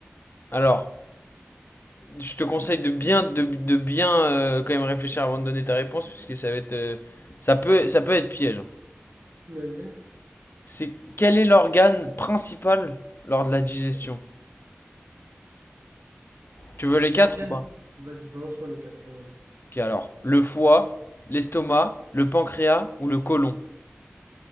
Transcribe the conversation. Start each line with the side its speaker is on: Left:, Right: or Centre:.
Left: Alors, je te conseille de bien, de, de bien euh, quand même réfléchir avant de donner ta réponse, puisque ça va être, euh, ça peut, ça peut être piège. hein.
Right: Vas-y.
Left: C'est quel est l'organe principal lors de la digestion? Tu veux les
Right: L'organe.
Left: quatre ou pas?
Right: Vas-y, balance-moi les quatre, quand même.
Left: Ok, alors, le foie, l'estomac, le pancréas ou le côlon?